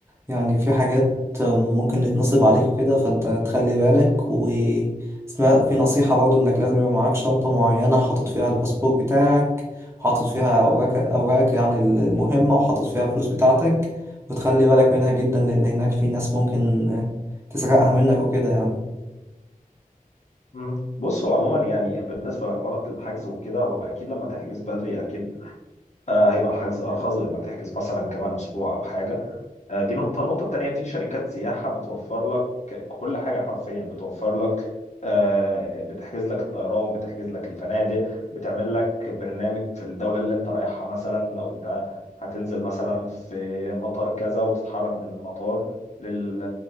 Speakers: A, on the right (about 15°); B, on the left (about 50°).
A: يعني في حاجات ممكن تتنصب عليك وكده فأنت تخلي بالك وسمعت في نصيحة برضو إنك لازم يبقى معاك شنطة معينة حاطط فيها الباسبور بتاعك وحاطط فيها أوراقك أوراقك يعني المهمة وحاطط فيها الفلوس بتاعتك وتخلي بالك منها جدا لأن هناك في ناس ممكن تسرقها منك وكده يعني
B: مم. بص هو عموما يعني بالنسبة لحوارات الحجز وكده هو أكيد لما تحجز بدري أكيد آه، هيبقى الحجز أرخص غير ما تحجز مثلا كمان أسبوع أو حاجة آه، دي نقطة النقطة التانية في شركات سياحة بتوفر لك كل حاجة حرفيا بتوفر لك آه، بتحجز لك الطيران بتحجز لك الفنادق بتعمل لك برنامج في الدولة اللي انت رايحها مثلا لو انت هتنزل مثلا في مطار كذا وتتحرك من مطار لل...